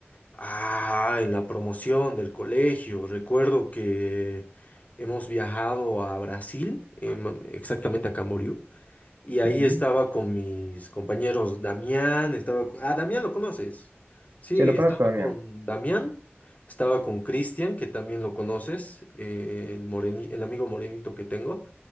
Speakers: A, on the left; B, on the right.
A: ah, en la promoción del colegio, recuerdo que hemos viajado a Brasil, em, exactamente a Camboriú. Y ahí
B: Ujú.
A: estaba con mis compañeros Damián, estaba... Ah, Damián lo conoces. Sí,
B: Sí, lo conozco,
A: estaba
B: Damián.
A: con Damián, estaba con Cristian, que también lo conoces, eh, el moreni- el amigo morenito que tengo.